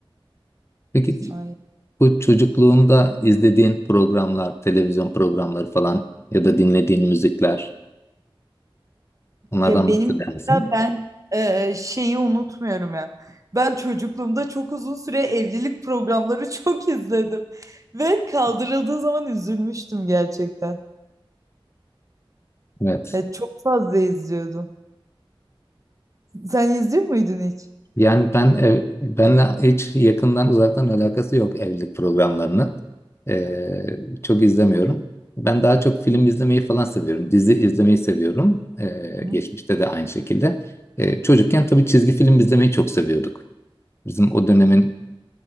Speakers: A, on the left (about 30°); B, on the right (about 35°).
A: Peki
B: Ay.
A: bu çocukluğunda izlediğin programlar, televizyon programları falan ya da dinlediğin müzikler Onlardan
B: Ya benim
A: bahseder misin?
B: mesela ben e, şeyi unutmuyorum ya. Ben çocukluğumda çok uzun süre evlilik programları <laughs> çok izledim. Ve kaldırıldığı zaman üzülmüştüm gerçekten.
A: Evet.
B: Ya çok fazla izliyordum. Sen izliyor muydun hiç?
A: Yani ben ev- benle hiç yakından uzaktan alakası yok evlilik programlarının. Ee, çok izlemiyorum. Ben daha çok film izlemeyi falan seviyorum. Dizi izlemeyi seviyorum. Ee,
B: Hı?
A: geçmişte de aynı şekilde. Ee, çocukken tabii çizgi film izlemeyi çok seviyorduk. Bizim o dönemin